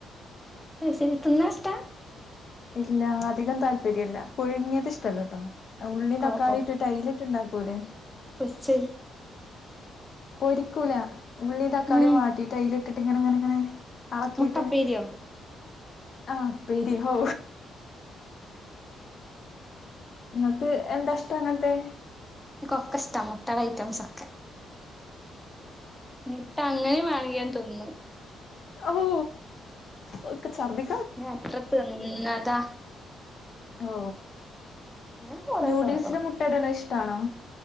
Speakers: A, in the centre; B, on the left (about 50°).
A: അത് ശെരി തിന്നാഷ്ട
B: ഇല്ല അധികം താല്പര്യല്ല പുഴുങ്യേത് ഇഷ്ടല്ലട്ടോ ഉള്ളിയും തക്കാളീം
A: ഓഹ് ഓഹ്
B: ട്ട്ട്ട് അയിലിട്ട്ണ്ടാക്കൂല്ലേ
A: പൊരിച്ചത്
B: പൊരിക്കൂല ഉള്ളീം തക്കാളീം
A: ഉം
B: വാട്ടീട്ട് അയ്ല്ട്ട്ട്ട് ഇങ്ങനെ ങ്ങനെ ങ്ങനെ എളക്കീട്ട്
A: മുട്ടപ്പേരിയോ
B: ആഹ് പ്പേരി ഹോ ഇങ്ങക്ക് എന്താഷ്ടം അങ്ങൻത്തെ
A: ഇൻക്കൊക്കെഷ്ട മുട്ടാളെ ഐറ്റംസൊക് മുട്ട അങ്ങനിം വേണെങ്കി ഞാൻ തിന്നും
B: അ വൂ ഓ ക്ക് ചർദി
A: ഞാ എത്ര തിന്നതാ
B: ഓ
A: ഞാൻ കൊറേ
B: ന്യൂഡിൽസില്
A: തിന്ന്ക്ക്ണ്
B: മുട്ടട്ണത് ഇഷ്ടാണോ